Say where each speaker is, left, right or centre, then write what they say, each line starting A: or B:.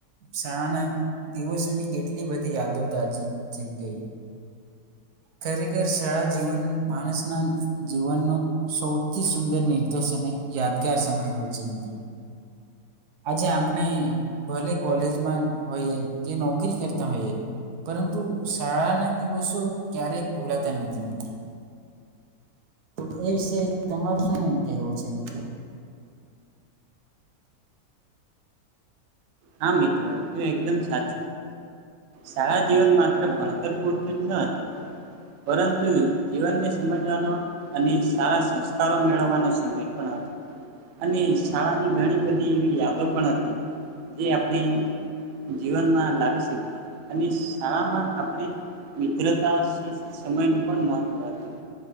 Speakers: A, on the right; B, on the right.
A: શાળાના દિવસોની કેટલી બધી યાદો તાજી થઈ ગઈ ખરેખર શાળા જીવન માણસના જીવનનો. સૌથી સુંદર નિર્દોષ અને યાદગાર સમય હોય છે મિત્રો આજે આપણે ભલે કોલેજમાં હોય કે નોકરી કરતા હોઈએ પરંતુ શાળાના દિવસો ક્યારેક ભૂલાતા નથી મિત્રો. એ વિશે તમારું શું કવું છે મિત્રો.
B: હા મિત્ર તું એકદમ સાચ. સારા જીવન માત્ર ભણતર પૂરતું જ ન હતું પરંતુ જીવનને સમજવાનો અને સારા સંસ્કારો મેળવવાનો સમય પણ હતો. અને શાળા ની ઘણી બધી. એવી યાદો પણ હતી. જે આપણે જીવનમાં લાવી શકીએ અને શાળામાં આપણે મિત્રતા શિ સમયનું પણ મહત્ત્વ હતું